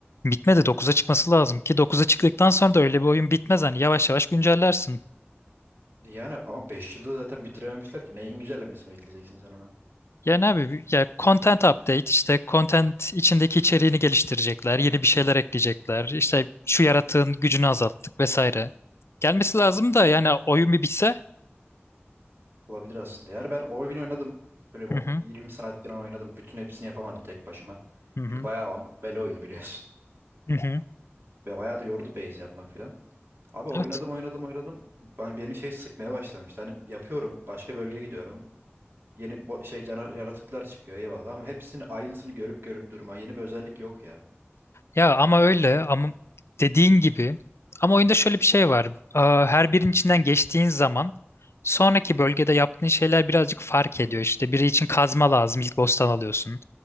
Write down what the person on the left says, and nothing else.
Bitmedi 9'a çıkması lazım ki 9'a çıktıktan sonra da öyle bir oyun bitmez hani yavaş yavaş güncellersin.
Yani abi bir- ya content update işte content içindeki içeriğini geliştirecekler, yeni bir şeyler ekleyecekler. İşte şu yaratığın gücünü azalttık vesaire. Gelmesi lazım da yani oyun bir bitse.
Hı hı
hı hı.
hı hı.
Evet.
Ya ama öyle ama dediğin gibi ama oyunda şöyle bir şey var. Aa, Her birinin içinden geçtiğin zaman sonraki bölgede yaptığın şeyler birazcık fark ediyor. İşte biri için kazma lazım ilk boss'tan alıyorsun.